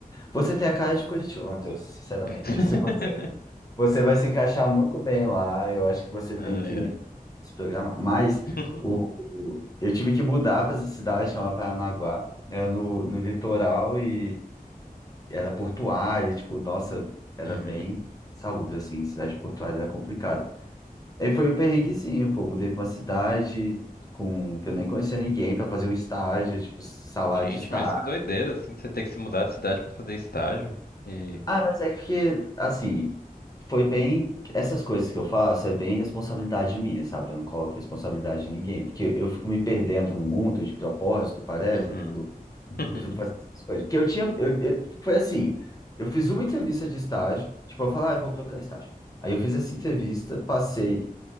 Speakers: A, on the left; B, on the left.
A: Você tem a cara de Curitiba, Matheus, sinceramente.
B: <laughs>
A: Se você... você vai se encaixar muito bem lá, eu acho que você
B: Ai,
A: tem que
B: ai.
A: se programar. Mas
B: <laughs>
A: o... o- eu tive que mudar para essa cidade chamada Paranaguá, era no... no litoral e era portuária, tipo, nossa, era
B: Uhum.
A: bem salubre, assim, cidade portuária era complicada. Aí foi o perrenguezinho, pô, mudei para uma cidade com... que eu nem conhecia ninguém para fazer um estágio, tipo, salário
B: Gente,
A: de estágio.
B: mas que doideira, assim, você ter que se mudar de cidade pra fazer estágio. E.
A: Ah, mas é que, assim, foi bem. Essas coisas que eu faço é bem responsabilidade minha, sabe? Eu não coloco responsabilidade de ninguém. Porque eu fico me perdendo no mundo de propósito, parece.
B: Uhum.
A: Tipo,
B: <laughs>
A: eu fico fazendo essas coisas. Porque eu tinha. Eu, eu- foi assim: eu fiz uma entrevista de estágio. Tipo, eu falei, ah, eu vou procurar estágio. Aí eu fiz essa entrevista, passei